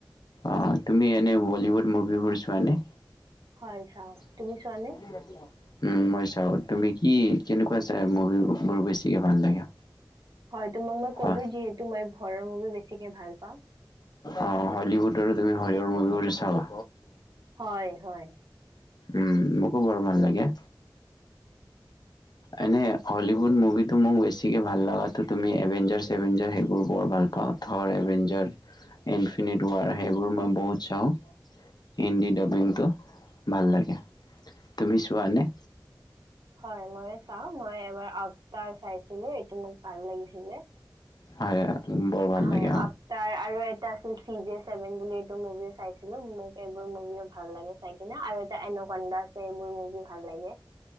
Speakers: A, on the left; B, on the right.
A: অ তুমি এনেই বলীউড মুভিবোৰ চোৱানে
B: হয় চাও
A: <unintelligible>
B: তুমি চোৱানে
A: উ মই চাও তুমি কি কেনেকুৱা চাই মুভি বোৰ বেছিকে ভাল লাগে?
B: হয় তো মোক মই
A: হয়
B: ক'লো যিহেতু মই হৰৰ মুভি বেছিকে ভাল পাওঁ
A: অ হলিউড আৰু তুমি হলউৰ মুভি বোৰ চাবা
B: হয় হয়।
A: উম মোকো বৰ ভাল লাগে এনে হলিউড মুভিটো মোক বেছিকে ভাল লগাো তুমি এভেঞ্জাৰভেঞ্জাৰ সেইবোৰ বৰ ভাল পাওঁ থৰ এভেঞ্জাৰ ইনফিনিট ৱাৰ সেইবোৰ মই বহুত চাওঁ হিন্দী ডাবিংটো ভাল লাগে তুমি চোৱাানে
B: হয় মই চাও মই এবাৰ আবতাৰ চাইছিলো এইটো মোক ভাল লাগিছিলে
A: হয় বৰ ভাল
B: হয়
A: লাগে
B: আফটাৰ আৰু এটা আছিল চি যে ছেভেন বুলি এই মুভিও চাইছিলো মোক এইবোৰ মুভিও ভাল লাগে চাই কিনে আৰু এটা এনন্দা আছে এইবোৰ মুভিও ভাল লাগে